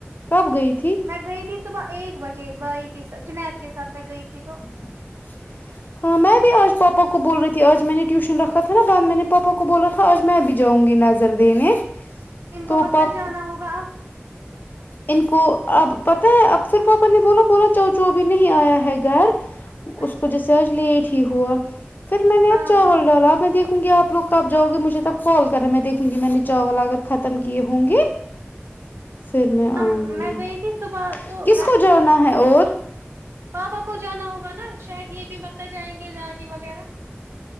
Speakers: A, on the left; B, on the right.
A: کب گئی تھی
B: میں گئی تھی صبح ایک بجے بھائی کے سات جنید کے ساتھ میں گئی تھی تو
A: <inaudible> ہاں میں بھی آج پاپا کو بول رہی تھی آج میں نے ٹیوشن رکھا تھا بعد میں نے پاپا کو بولا تھا تھا آج میں بھی جاؤں گی نظر دینے
B: ان کو
A: تو
B: مطلب
A: پاپ
B: جانا ہوگا اب
A: ان کو اب پتہ ہے اب پھر پاپا نے بولا بولا جاؤ جاؤ ابھی نہیں آیا ہے گھر اس
B: اچھا
A: کو جیسے آج لیٹ ہی ہوا پھر میں نے
B: ہاں
A: اب چاول
B: ہاں
A: ڈالا میں دیکھوں گی آپ لوگ کب جاؤ گے مجھے تب کال کرے میں دیکھوں گی میں نے چاول اگر ختم کیے ہوں گے پھر میں آؤں
B: ہم میں
A: گی
B: گئی تھی صبح تو
A: کس کو جانا ہے اور
B: پابا کو جانا ہوگا نا شاید یے بھی متہ جائیں گے رانی وغیرہ